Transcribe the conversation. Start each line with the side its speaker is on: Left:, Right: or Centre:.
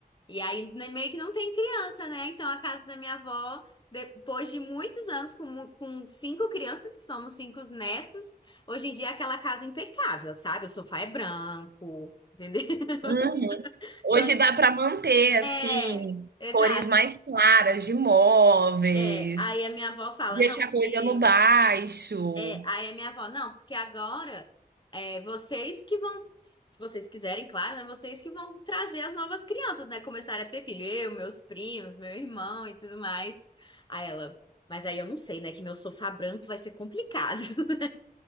Left: E aí né, meio que não tem criança, né? Então a casa da minha avó, depois de muitos anos com, mu- com cinco crianças, que somos cinco netos, hoje em dia é aquela casa é impecável, sabe? O sofá é branco, entendeu? <laughs>
Right: uhum. Hoje
Left: Quando-
Right: dá para manter, assim,
Left: É, exato.
Right: cores mais claras de móveis,
Left: É, aí a minha avó fala,
Right: deixar
Left: não, porque
Right: a coisa no baixo.
Left: É, aí a minha avó, não, porque agora é vocês que vão, se vocês quiserem, claro, né? Vocês que vão trazer as novas crianças, né? Começarem a ter filho, eu, meus primos, meu irmão e tudo mais. Aí ela, mas aí eu não sei, né? Que meu sofá branco vai ser complicado. <laughs>